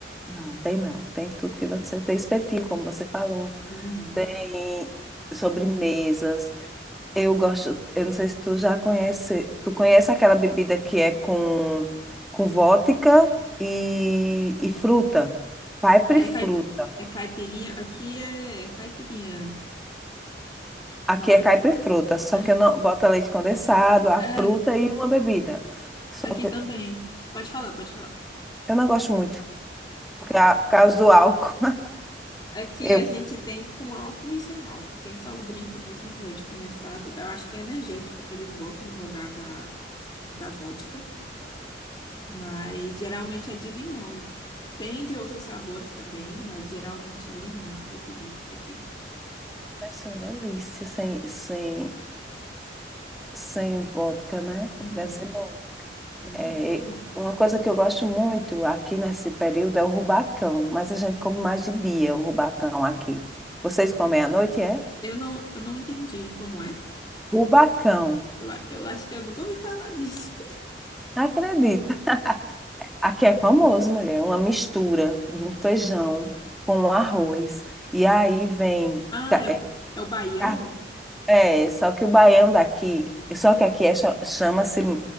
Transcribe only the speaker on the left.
Uhum.
É, cai... é caipirinha. Aqui é, é caipirinha.
Mas...
<laughs>
É,
aqui
também. Pode falar, pode falar.
Aqui
a gente tem com álcool e sem álcool. Tem só o drink mesmo com leite condensado. Eu acho que é energético que eles botam no lugar da, da vodka, mas geralmente é de limão. Tem de outros sabores também, mas geralmente é limão, a caipirinha por aqui.
Uhum,
sim,
muito bom.
Eu não, eu não entendi como é.
Eu, a- eu acho que eu nunca ouvi falar disso. <laughs>
Ah,
é,
é o baião?